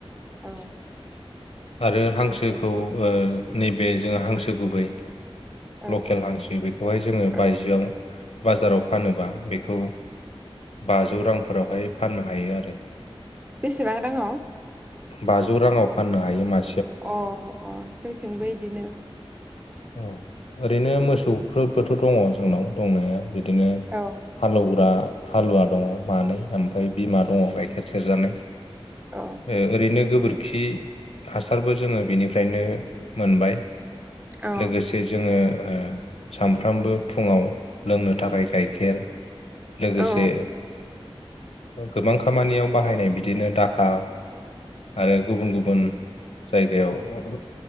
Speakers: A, on the right (about 15°); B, on the left (about 80°).
A: औ
B: आरो हांसो खौ ओ नैबे जोङो हांसो गुबै
A: औ
B: लकेल हांसो बेखौहाय जोङो
A: औ
B: बायजोआव बाजाराव फानोबा बेखौ औ बाजौ रांफोरावहाय फाननो हायो आरो
A: बेसेबां दङ
B: बाजौ राङाव फाननो हायो मा
A: अ अ जोंथिंबो इदिनो
B: औ ओरैनो मोसौफोरबोथ' दङ जोंनाव दंनाया बि इदिनो
A: औ
B: हालौग्रा हालुवा दङ मानै ओमफ्राय बिमा दङ गाइखेर सेरजानाय
A: औ
B: ओ ओरैनो गोबोर खि हासारबो जोङो बेनिफ्रायनो मोनबाय
A: औ
B: लोगोसे जोङो ओ सामफ्रामबो फुङाव लोंनो थाखाय गाइखेर लोगोसे
A: औ
B: गोबां खामानियाव बाहायनाय बिदिनो डाखा आरो गुबुन गुबुन जायगायाव